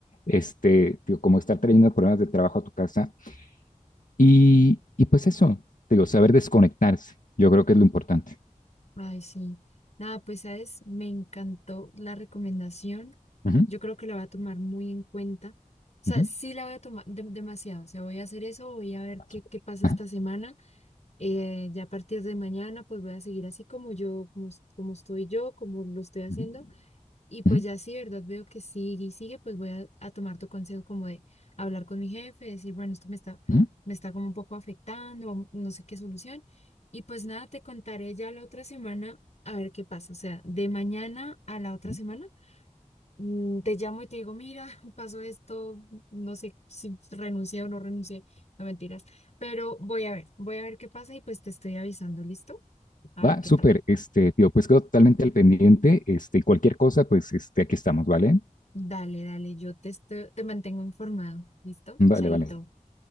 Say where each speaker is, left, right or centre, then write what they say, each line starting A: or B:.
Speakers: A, on the left (about 75°); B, on the left (about 55°).
A: este, tío, como estar trayendo problemas de trabajo a tu casa y, y pues eso, digo, saber desconectarse, yo creo que es lo importante.
B: Ay, sí. Nada, pues, ¿sabes? Me encantó la recomendación.
A: Ujú,
B: Yo creo que la voy a tomar muy en cuenta. O sea,
A: ujú.
B: sí la voy a tomar de- demasiado. O sea, voy a hacer eso, voy a ver
A: Ah,
B: qué,
A: súper.
B: qué pasa
A: Ajá,
B: esta semana. Eh, ya a partir de mañana, pues voy a seguir así como yo, como, como estoy yo, como lo estoy haciendo.
A: ujú,
B: Y pues
A: ujú,
B: ya sí, ¿verdad? Veo que sigue y sigue, pues voy a, a tomar tu consejo como de hablar con mi jefe, decir, bueno, esto me está,
A: ujú,
B: me está como un poco afectando, vamos- no sé qué solución. Y pues nada, te contaré ya la otra semana a ver qué pasa. O sea, de mañana a la otra
A: ujú.
B: semana, mm, te llamo y te digo, mira, <laughs> pasó esto, no sé si renuncié o no renuncié, no mentiras, pero voy a ver, voy a ver qué pasa y pues te estoy avisando, ¿listo? A
A: Va,
B: ver qué
A: súper,
B: tal.
A: este, tío, pues quedo totalmente al pendiente, este, y cualquier cosa, pues, este, aquí estamos, ¿vale?
B: Dale, dale, yo te, estoy- te mantengo informado, ¿listo?
A: Vale,
B: Chaito.
A: vale,